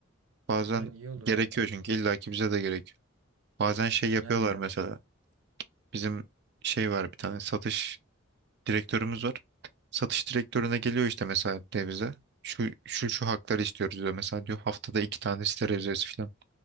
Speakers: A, on the right; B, on the right.
A: Bazen
B: Yani iyi olur
A: gerekiyor
B: abi.
A: çünkü illaki bize de gerekiyor. Bazen şey yapıyorlar
B: Yani
A: mesela. Bizim şey var bir tane satış direktörümüz var. Satış direktörüne geliyor işte mesela devize. Şu şu şu hakları istiyoruz diyor. Mesela diyor haftada iki tane sterilize falan.